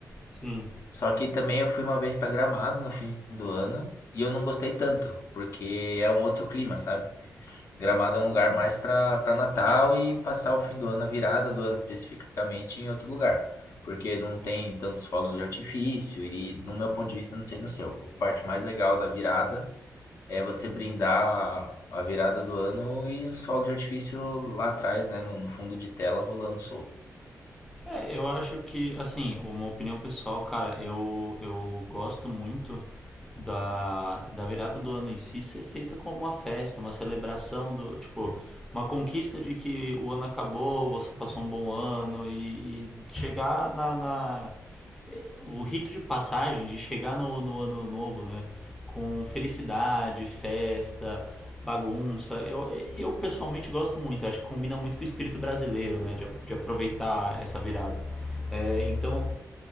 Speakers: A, in the centre; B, on the left (about 55°).
A: Sim.
B: Só que também eu fui uma vez pra Gramado no fim do ano e eu não gostei tanto, porque é um outro clima, sabe? Gramado é um lugar mais para Natal e passar o fim do ano, a virada do ano especificamente, em outro lugar. Porque não tem tantos fogos de artifício e, no meu ponto de vista, não sei no seu. A parte mais legal da virada é você brindar a- virada do ano e os fogos de artifício lá atrás, né, no, no fundo de tela, rolando solto.
A: É, eu acho que, assim, uma opinião pessoal, cara, eu, eu gosto muito da, da virada do ano em si ser feita como uma festa, uma celebração do, tipo, uma conquista de que o ano acabou, você passou um bom ano e, e chegar na, na, o rito de passagem, de chegar no, no ano novo, né? Com felicidade, festa, bagunça. Eu, eu pessoalmente gosto muito, acho que combina muito com o espírito brasileiro, né? De, de aproveitar essa virada. É, então,